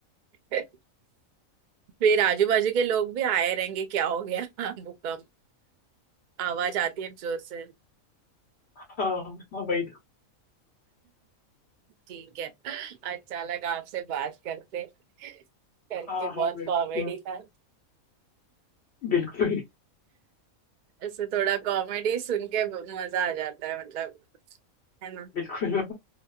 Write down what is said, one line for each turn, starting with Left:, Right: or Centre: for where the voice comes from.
Right: रे फिर आजू बाजू के लोग भी आए रहेंगे क्या हो गया भूकंप आवाज आती है जोर से
Left: हाँ हाँ वही तो
Right: ठीक है अच्छा लगा आपसे बात करते करके
Left: हाँ
Right: बहुत
Left: हाँ बिल्कुल
Right: कॉमेडी था
Left: बिल्कुल
Right: इससे थोड़ा कॉमेडी सुन के मजा आ जाता है मतलब है ना
Left: बिल्कुल